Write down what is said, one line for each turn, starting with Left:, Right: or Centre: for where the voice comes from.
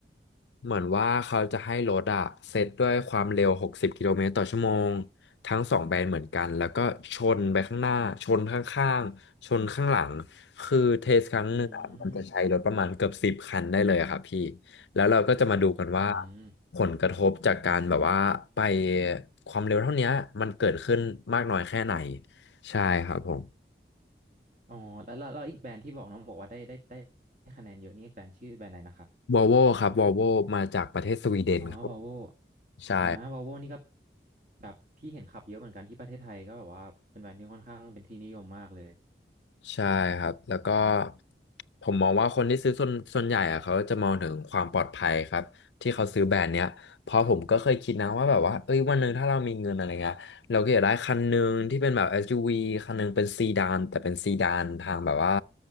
Left: เหมือนว่าเขาจะให้รถอะเซตด้วยความเร็ว60กสิบกิโลเมตรต่อชั่วโมงทั้งสองแบรนด์เหมือนกันแล้วก็ชนไปข้างหน้าชนข้างๆชนข้างหลังคือเทสครั้งหนึ่งอะมันจะใช้รถประมาณเกือบสิบคันได้เลยอะครับพี่
Right: อืม
Left: แล้วเราก็จะมาดูกันว่า
Right: อืม
Left: ผลกระทบจากการแบบว่าไปความเร็วเท่าเนี้ยมันเกิดขึ้นมากน้อยแค่ไหนใช่ครับผม
Right: อ๋อแล้วแล้วแล้วอีกแบรนด์ที่บอกน้องบอกว่าได้ได้ได้ได้คะแนนเยอะนี่แบรนด์ชื่อแบรนด์อะไรนะครับ
Left: วอลโวครับวอลโวมาจากประเทศสวีเดนครับ
Right: อ๋อวาโว
Left: ใช่
Right: นอวาโวนี่ก็แบบพี่เห็นขับเยอะเหมือนกันที่ประเทศไทยก็แบบว่าเป็นแบรนด์ที่ค่อนข้างเป็นที่นิยมมากเลย
Left: ใช่ครับแล้วก็ผมมองว่าคนที่ซื้อส่วนส่วนใหญ่อะเขาจะมองถึงความปลอดภัยครับที่เขาซื้อแบรนด์เนี้ยเพราะผมก็เคยคิดนะว่าแบบว่าเอ้ยวันหนึ่งถ้าเรามีเงินอะไรเงี้ยเราก็อยากได้คันหนึ่งที่เป็นแบบ SUV คันหนึ่งเป็นซีดานแต่เป็นซีดานทางแบบว่า